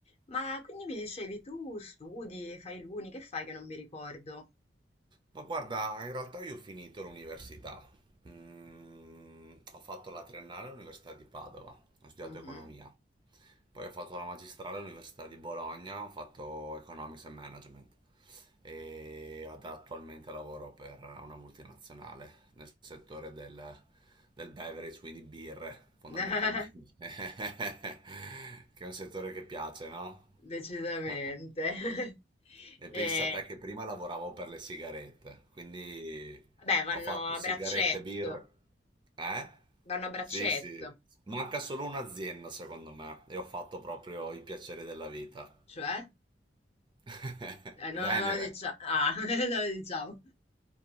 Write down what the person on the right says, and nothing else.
Ma guarda, in realtà io ho finito l'università. Mm, ho fatto la triennale all'Università di Padova, ho studiato
economia. Poi ho fatto la magistrale all'Università di Bologna, ho fatto Economics and Management. E ad- attualmente lavoro per una multinazionale nel settore del, del beverage, quindi birre, fondamentalmente.
<laughs> Che è un settore che piace, no?
<laughs> E
pensa a te
che prima lavoravo per le sigarette, quindi
ho fatto
sigarette,
birra. Eh?
Sì, sì. Manca solo un'azienda, secondo me, e ho fatto proprio i piaceri della vita.
<laughs>
Venere.